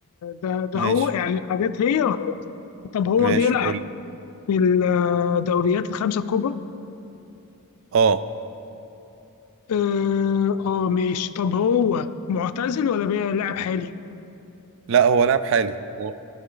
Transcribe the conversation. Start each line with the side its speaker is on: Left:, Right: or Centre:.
Left: ده ده هو
Right: ماشي
Left: يعني الحاجات هي ولا لا طب هو
Right: ماشي
Left: بيلعب
Right: قول
Left: في الدوريات الخمسة الكبرى
Right: اه
Left: اه, آه ماشي طب هو معتزل ولا بيلعب حالي
Right: لا هو لاعب حالي هو